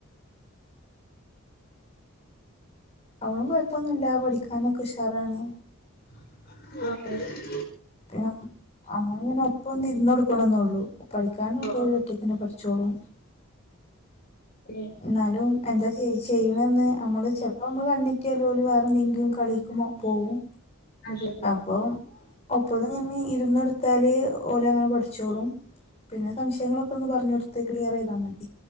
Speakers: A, on the left; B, on the left.
A: അവളും കുയപ്പൊന്നുല്ല പഠിക്കാനൊക്കെ ഉഷാറാണ്
B: ആ
A: പി അമ്മളങ്ങനെ ഇപ്പൊ നിന്നൊടുക്കണം എന്നുള്ളൂ പഠിക്കാന
B: ഓഹ്
A: പോ ഒരു ഒറ്റ തന്നെ പഠിക്ക ചൊളു
B: ഏഹ്
A: എന്നാലും എന്താ ചെയ ചെയ്യണന്ന് നമ്മള് ചെലപ്പോ നമ്മള് കണ്ണിട്ടിയാലല വേറെ എന്തെങ്കിലും കളിക്കുമ്പോ പോകും
B: അതെ അതെ
A: അപ്പൊ ഒപ്പത് തന്നെ ഇരന്ന്കൊടുത്താല് ഓലെ അങ്ങനെ പഠിച്ചോളും പിന്നെ സംശയങ്ങളൊക്കെ ഒന്ന് പറഞ്ഞ് കൊടുത്ത ഇത് ക്ലിയർ ചെയ്താ മതി